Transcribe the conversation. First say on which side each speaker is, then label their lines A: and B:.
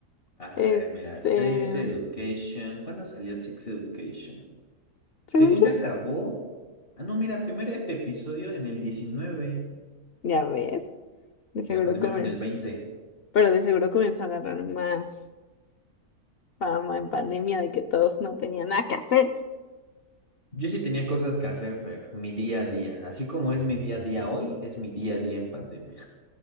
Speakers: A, on the left; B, on the left.
A: A
B: Este,
A: ver, mira, Sex Education. ¿Cuándo salió Sex Education?
B: según
A: Según
B: yo,
A: yo acabó. Ah, no, mira, primer ep- episodio en el 19.
B: ya ves, de seguro
A: La pandemia
B: comen,
A: fue en el 20.
B: pero de seguro comenzó a agarrar más fama en pandemia de que todos no tenían nada que hacer,
A: Yo sí tenía cosas que hacer, Fer, mi día a día. Así como es mi día a día hoy, es mi día a día en pandemia,